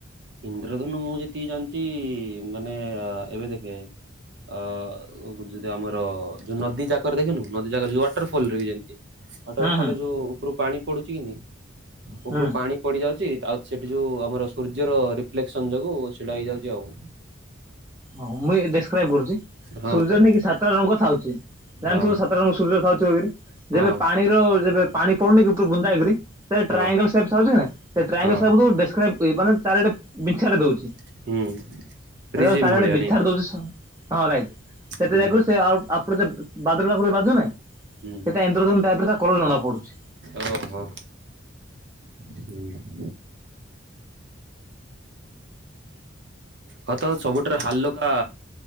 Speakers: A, on the right (about 60°); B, on the right (about 15°).
A: ଇନ୍ଦ୍ରଧନୁ ମୁଁ ଯେତିକି ଜାଣିଛି ମାନେ ଏବେ ଦେଖେ ଅ ଯଦି ଆମର ଯୋଉ ନଦୀ ଯାକର ଦେଖିନୁ ନଦୀ ଯାକ ଯ ୱାଟରଫଲ ରେ ବି ଯେମିତି ହାଟର
B: ହୁଁ
A: ଫଲ
B: ହୁଁ
A: ଯୋଉ ଉପରୁ ପାଣି ପଡୁଛି କି ନେ ଉପରୁ
B: ହୁଁ
A: ପାଣି ପଡି ଯାଉଛି ଆଉ ସେଠି ଯୋଉ ଆମର ସୂର୍ଯ୍ୟର ରିଫ୍ଲେକ୍ସନ ଯୋଗୁଁ ସେଟା ହେଇଯାଉଛି ଆଉ
B: ହଁ ମୁଁ ଏଇ ଡେସକ୍ରାଇବ କରୁଛି
A: ହଁ
B: ସୂର୍ଯ୍ୟ
A: କରେ
B: ନେଇ କି ସାତଟା ରଙ୍ଗ ଥାଉଛି ଜାଣିଥିବୁ
A: ହଁ
B: ସା <unintelligible> ଛି
A: ହଁ
B: ଯେବେ ପାଣିର ଯେବେ ପାଣି ପଡୁନି କି ଉପରୁ ବୁନ୍ଦାରି ସେ
A: ହଁ
B: ଟ୍ରାଙ୍ଗଲଛି ନା ସେ ଟ୍ରାଙ୍ଗଲପାନେ
A: ହଁ
B: <unintelligible> ଚାରିଟେ ବିଛାଡି ଦଉଛି
A: ହୁଁ
B: ସେତେବେଳେ
A: ପ୍ରିଜିମ୍
B: ଚାରିଆଡେ
A: ଭଳିଆ
B: ବିଛାର
A: ନେଇ
B: ଦଉଛି ହଁ ରାଇଟ୍ ସେଟା
A: ହୁଁ
B: ଯାଇକୁ ସେ ଆ ଆପଣ ବାଦ୍ର ପାଖରେ ବାଜୁ ନହିଁ ସେଇଟା
A: ହୁଁ
B: ଇନ୍ଦ୍ରଧନୁ ଦ୍ର ତା କଲ ଜଣା ପଡୁଛି।
A: ଓହୋ ହୁଁ କତ ସବୁଠାରୁ ହାକୁକା